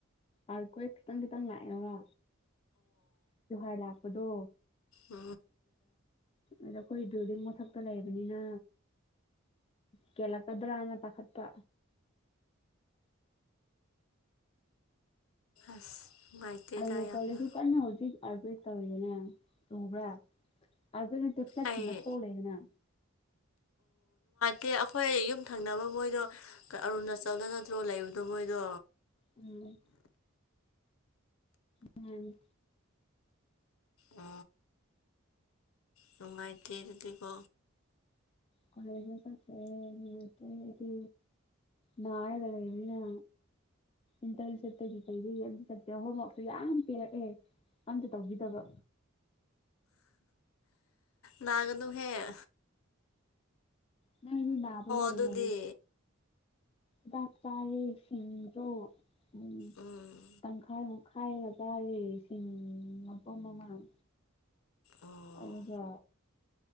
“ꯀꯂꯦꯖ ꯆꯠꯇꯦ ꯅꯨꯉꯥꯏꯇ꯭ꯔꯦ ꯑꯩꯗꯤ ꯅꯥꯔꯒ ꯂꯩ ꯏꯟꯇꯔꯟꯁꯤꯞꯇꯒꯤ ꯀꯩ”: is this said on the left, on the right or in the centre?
Left